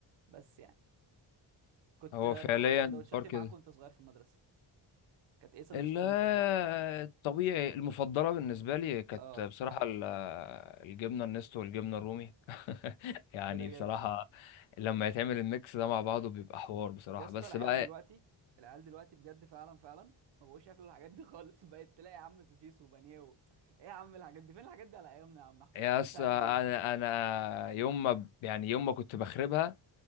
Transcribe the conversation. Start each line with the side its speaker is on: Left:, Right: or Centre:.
Right: بس يعني كنت
Left: هو
Right: بتاخد
Left: فعليا
Right: سندوتشاتي
Left: حوار كده
Right: معاك وانت صغير في المدرسه كانت ايه سندوتشاتك
Left: ال-
Right: المفضله
Left: الطبيعي المفضلة بالنسبة لي كانت
Right: اه
Left: بصراحة ال- الجبنة النستو والجبنة الرومي <laughs> يعني
Right: كده
Left: بصراحة
Right: كده
Left: لما يتعمل الميكس ده مع بعضه بيبقى حوار بصراحة
Right: يا اسطى
Left: بس
Right: العيال
Left: بقى
Right: دلوقتي العيال دلوقتي بجد فعلا فعلا ما بقوش ياكلوا الحاجات دي خالص <laughs> بقيت تلاقي يا عم سوسيس وبانيه و... ايه يا عم الحاجات دي فين الحاجات دي على ايامنا يا عم احمد
Left: يا
Right: انا
Left: اسطى
Right: مش عارف
Left: انا
Right: بجد
Left: انا يوم ما ب- يعني يوم ما كنت بخربها